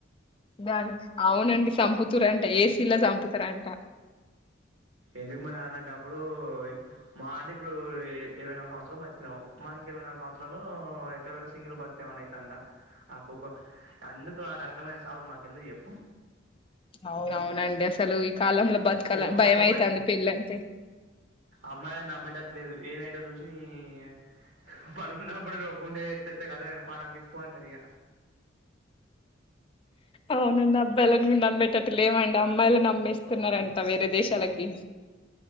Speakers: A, on the left; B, on the right.
A: దానికి అవునండి చంపుతురంట ఏసీలో చంపుతారంట
B: ఎందుకు మరి అలాంటప్పుడూ మా అంటే ఇప్పుడు ఇ ఇరవై నాలుగు సంవత్సరాలు బతికినము, మాకింక ఇరవై నాలుగు సంవత్సరాలూ త్తె గూడ సింగిల్గ బత్తే ఏమన్నయితాందా? ఆ కుక్క ఎందుకు ఆ నరకమైన సావు మాకెందుకు జెప్పు?
A: అవునవునండి అసలు ఈ కాలంల బతకాల
B: ఏమో
A: భయమయితాంది
B: ఎవ
A: పెళ్ళంటే
B: అమ్మాయిలని నమ్మేటట్లేదు ఏ నైటో చూసీ య పడుకున్నప్పుడు రోక్బండ ఎత్తెత్తే ఖతామే ఇగ పానం కిస్కుమంటదిగ.
A: అవునండబ్బాయిలకు నమ్మేటట్టు లేమండమ్మాయిల నమ్మేస్తున్నరంట వేరే దేశాలకి